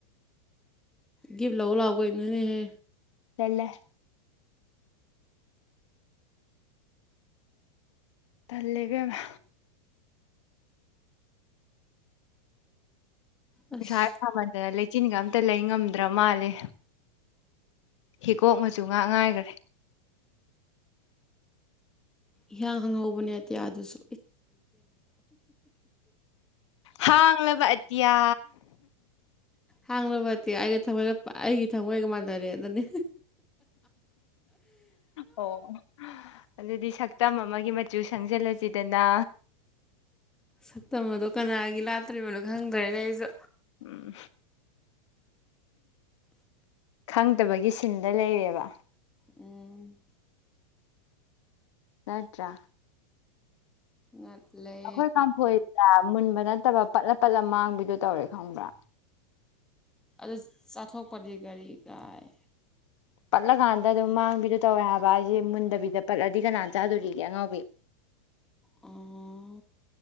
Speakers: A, in the centre; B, on the left (about 55°).
A: ꯒꯤꯐ ꯂꯧꯧꯕ ꯂꯥꯎꯑꯣꯒ ꯏꯅꯦꯍꯦ
B: ꯏꯂꯦ ꯇꯜ ꯂꯩꯕꯃ
A: ꯑꯁ
B: ꯁ ꯊꯕꯗꯦ ꯂꯩ ꯏꯆꯤꯟꯒ ꯑꯝꯇ ꯂꯩ ꯉꯝꯗ꯭ꯔ ꯃꯥꯜꯂꯦ ꯍꯤꯀꯣꯛ ꯃꯆ ꯉꯥꯛ ꯉꯥꯏꯈꯔꯦ
A: ꯏꯍꯥꯛ ꯍꯧꯕꯅꯦꯇꯦ ꯑꯗꯨꯁꯨ
B: ꯍꯥꯡꯕ ꯑꯇꯤꯌꯥ
A: ꯍꯥꯡꯂꯨꯕꯗꯤꯦ ꯑꯩꯒ ꯊꯃꯣꯏꯒ ꯑꯩꯒꯤ ꯊꯃꯣꯏꯒ ꯃꯥꯟꯅꯔꯦ ꯑꯗꯨꯅꯤ
B: ꯑꯣ ꯑꯗꯨꯗꯤ ꯁꯛꯇꯝ ꯑꯃꯒꯤ ꯃꯆꯨ ꯁꯪꯖꯜꯂꯁꯤꯗꯅ
A: ꯁꯛꯇꯝ ꯑꯗꯣ ꯀꯅꯥꯒꯤ ꯂꯥꯇ꯭ꯔꯤꯕꯅꯣ ꯈꯪꯗ꯭ꯔꯦꯅꯦ ꯑꯩꯁꯨ
B: ꯎꯝ ꯈꯪꯗꯕꯒꯤ ꯁꯤꯟꯗ ꯂꯩꯔꯦꯕ
A: ꯎꯝ
B: ꯅꯠꯇ꯭ꯔꯥ
A: ꯉꯠꯂꯦ
B: ꯑꯈꯣꯏ ꯀꯥꯟ ꯐꯣꯏ ꯃꯨꯟꯕ ꯅꯠꯇꯕ ꯄꯠꯂꯞ ꯄꯠꯂ ꯃꯥꯡꯕꯤꯗꯣ ꯇꯧꯔꯦ ꯈꯪꯕ꯭ꯔꯥ
A: ꯑꯗꯨ ꯆꯥꯊꯣꯛꯄꯗꯤ ꯒꯥꯔꯤ ꯀꯥꯏ
B: ꯄꯠꯂꯀꯥꯟꯗ ꯑꯗꯨꯝ ꯃꯥꯡꯕꯤꯗꯣ ꯇꯧꯋꯦ ꯍꯥꯏꯕ ꯑꯩꯁꯦ ꯃꯨꯟꯗꯕꯤꯗ ꯄꯠꯂꯗꯤ ꯀꯅꯥꯅ ꯆꯥꯗꯣꯔꯤꯒꯦ ꯑꯉꯥꯎꯕꯤ
A: ꯎꯝ